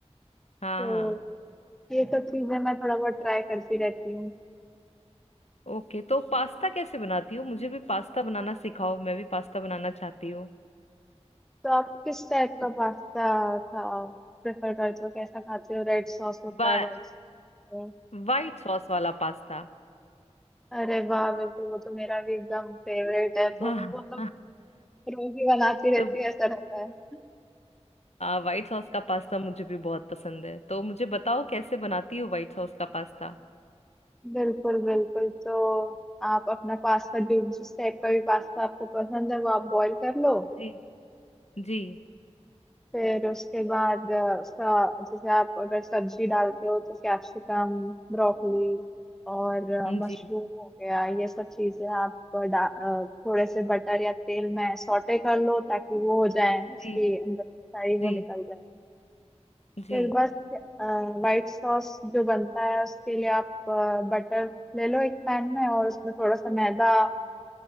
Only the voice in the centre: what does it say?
तो
ये सब चीजें मैं थोड़ा बहुत ट्राई करती रहती
तो आप किस टाइप का पास्ता खा प्रेफर करते हो कैसा खाते हो रेड सॉस होता
है व्हाइट सॉस होता
है अरे वाह बिल्कुल वो तो मेरा भी एकदम फेवरेट है
तो
वो तो मैं
रोज ही बनाती
रहती है ऐसा रहता है
बिल्कुल बिल्कुल तो आप अपना पास्ता जो जिस टाइप का भी पास्ता आपको पसंद है वो आप बॉईल कर लो
फिर उसके बाद अ, उसका जैसे आप अगर सब्जी डालते हो तो कैप्सिकम ब्रोकली और मशरूम
हो गया ये सब चीजें आप अ, डा- अ, थोड़े से बटर या तेल में सौटे कर लो ताकि वो हो जाए
उसकी
अंदर की सारी वो
निकल जाए
फिर बस वाइट सॉस जो बनता है उसके लिए आप बटर ले लो एक पैन में और उसमें थोड़ा सा मैदा